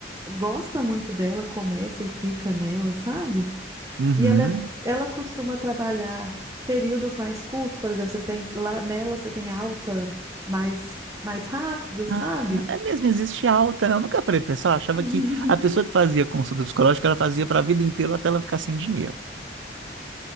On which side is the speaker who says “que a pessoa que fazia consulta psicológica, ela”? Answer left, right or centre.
Right